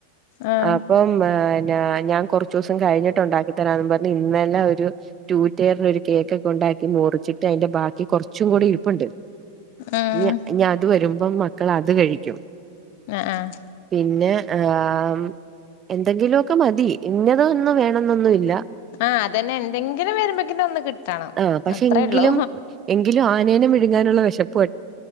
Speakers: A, on the left; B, on the right.
A: ആഹ്
B: അപ്പം ഏ ഞാ ഞാൻ കൊർച്ചോസം കഴിഞ്ഞിട്ടുണ്ടാക്കി തരാംന്ന് പറഞ്ഞ് ഇന്നലെ ഒരു റ്റൂ റ്റയറിന് ഒരു കേക്കൊക്കു ണ്ടാക്കി മുറിച്ചിട്ട് അയിന്റെ ബാക്കി കൊർച്ചും കൂടി ഇരിപ്ണ്ട്
A: ആഹ്
B: ഞ ഞാ അത് വരും അപ്പം മക്കളത് കഴിക്കും
A: ആഹ് ആഹ്
B: പിന്നെ ആം എന്തെങ്കിലൊക്കെ മതി ഇന്നതൊന്നും വേണെന്നൊന്നുല്ല
A: ആ അതന്നെ എന്തെങ്കിലും വരുമ്പോക്ക്ന് ഒന്ന് കിട്ടണം
B: ആഹ് പക്ഷെ
A: അത്രേ
B: എങ്കിലും
A: ള്ളൂ
B: എങ്കിലും ആനേനെ വിഴുങ്ങാനുള്ള വെശപ്പൊ